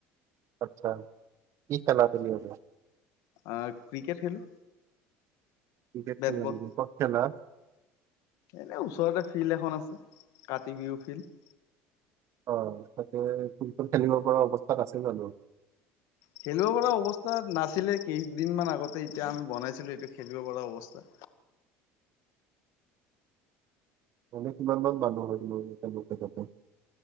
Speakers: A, on the right; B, on the left.
A: আচ্ছা, কি খেলা তুমি এনে?
B: আ ক্ৰিকেট খেলো।
A: ক্ৰিকেট
B: বেট
A: খেলা
B: বল
A: নেকি। ক'ত খেলা?
B: এনে ওচৰতে ফিল্ড এখন আছে কাতি বিহু ফিল্ড
A: অ তাকে কোন কোন খেলিব পৰা অৱস্থাত আছে জানো
B: খেলিব পৰা অৱস্থা নাছিলে কেইদিনমান আগতে এতিয়া আমি বনাইছিলো এইটো খেলিব পৰা অৱস্থা।
A: মানে কিমান মান মানুহ হয় জোপে জাপে